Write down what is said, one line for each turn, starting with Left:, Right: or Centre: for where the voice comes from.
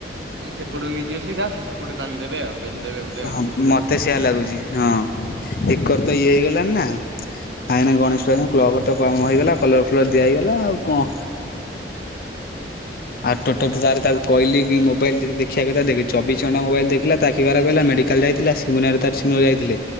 Right: ଇଏ ସେପଟୁ ନେଇଯିବେ ସିଧା ସେ ସେପଟ ଟାଣଦେବେ ଆଉେ ପେଲି ଦେବେ ବ
Left: ହଁ ମତେ ସେଇଆ ଲାଗୁଛି ହଁ ଏକର ତ ଇଏ ହେଇଗଲାଣି ନା।
Right: ହୁଁ
Left: ଆ ଏଇନା ଗଣେଶ ପୂଜା ତ କ୍ଲବ୍ ଘର ତ କମ ହେଇଗଲା କଲର ଫଲର ଦିଆ ହେଇଗଲା ଆଉ କଣ।
Right: ହୁଁ।
Left: ଆଉ ଟୋଟଲ ତ ତାର ତାକୁ କହିଲି କି ମୋବାଇଲ ଯଦି ଦେଖିବା କଥା ଦେଖ ଚବିଶ ଘଣ୍ଟା ମୋବାଇଲ ଦେଖ ଥିଲା ତା ଆଖି ଖରାପ ହେଲା ମେଡ଼ିକାଲ ଯାଇଥିଲା ସିମୁନାରେ ତାର ସିମୁ ଯାଇଥିଲେ।